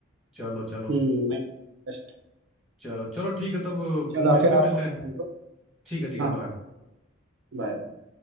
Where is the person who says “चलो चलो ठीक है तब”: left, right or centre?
Centre